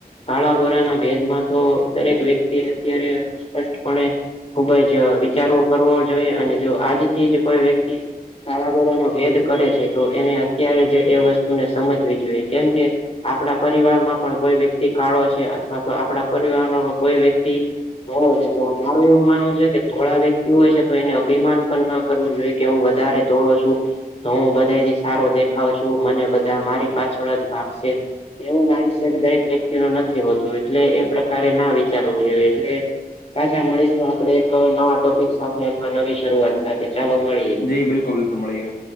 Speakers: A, on the left; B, on the left.
A: કાળા ગોરાના ભેદમાં તો દરેક વ્યક્તિ અત્યારે સ્પષ્ટપણે ખુબ જ વિચારવો કરવો જોઈએ અને જો આજ થી જ કોઈ વ્યક્તિ કાળા ગોરાનો ભેદ કરે છે તો એને અત્યારે જ એ વસ્તુને સમજવી જોઈએ કેમ કે આપણા પરિવારમાં પણ કોઈ વ્યક્તિ કાળો છે અથવા તો આપણા પરિવાર કોઈ વ્યક્તિ ધોળો છે તો મારું એવું માનવું છે કે ધોળા વ્યક્તિ હોય છે તો એને અભિમાન પણ ન કરવું જોઈએ કે હું વધારે ધોળો છું તો હું બધાથી સારો દેખાવ છું મને બધા મારી પાછળ જ ભાગશે તેવું માઇન્ડસેટ દરેક વ્યક્તિ નથી હોતું એટલે એ પ્રકારે ના વિચારવું જોઈએ એટલે પાછા મળીશું એક નવા સાથે અથવા નવી શરૂઆત સાથે ચાલો મળીએ.
B: જી બિલકુલ બિલકુલ મળીએ.